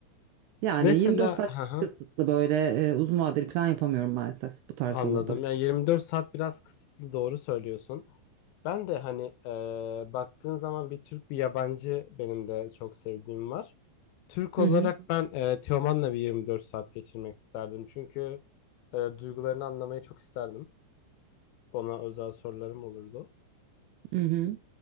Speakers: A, on the right (about 75°); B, on the left (about 75°).
A: Yani
B: Mesela
A: 24 saat
B: hı
A: çok
B: hı.
A: kısıtlı böyle e, uzun vadeli plan yapamıyorum maalesef bu tarz
B: Anladım.
A: olurdu.
B: Yani 24 saat biraz kısıtlı doğru söylüyorsun. Ben de hani eee, baktığın zaman bir Türk bir yabancı benim de çok sevdiğim var. Türk olarak
A: Hı hı,
B: ben e, Teoman'la bir 24 saat geçirmek isterdim. Çünkü e, duygularını anlamayı çok isterdim. Ona özel sorularım olurdu.
A: hı hı.